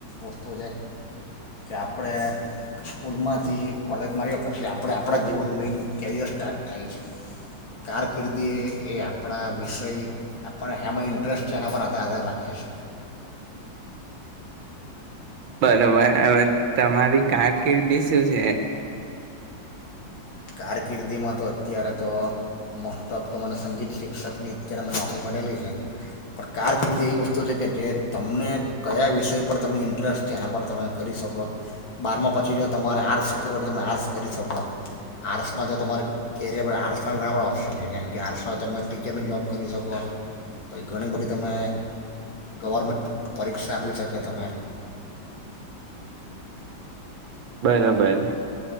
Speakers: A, on the left; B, on the right.
A: વસ્તુ છે કે આપણે સ્કૂલ માંથી કોલેજમાં આવ્યો પ પછી આપણે આપણા જીવનનું મેઈન કેરિયર સ્ટાર્ટ થાય છે કારકિર્દી એ એ આપણા વિષય આપણ એમાં ઇન્ટરેસ્ટ છે એના પર આધાર આધાર રાખે છે
B: બરોબર હ તમારી કારકિર્દી શું છે
A: કારકિર્દીમાં તો અત્યારે તો મોસ્ટ ઓફ તો મને સંગીત શિક્ષકની અત્યારે મને નોકરી મળેલી છે પણ કારકિર્દી એવી વસ્તુ છે કે જે તમને કયા વિષય પર તમને ઇન્ટરેસ્ટ છે એના પર તમે કરી શકો બારમાં પછી જો તમારે આર્ટ્સ કરવું હોય તો તમે આર્ટ્સ કરી શકો આર્ટ્સમાં તો તમારે કેરિયર આર્ટ્માં ઘણા બધા ઓપ્શન છે જેમ કે આર્ટ્સમાં તમે ટીચરની જોૉબ કરી શકો પછી ઘણી બધી તમે ગવર્મેન્ટ પરીક્ષા આપી શકો તમે
B: બરોબર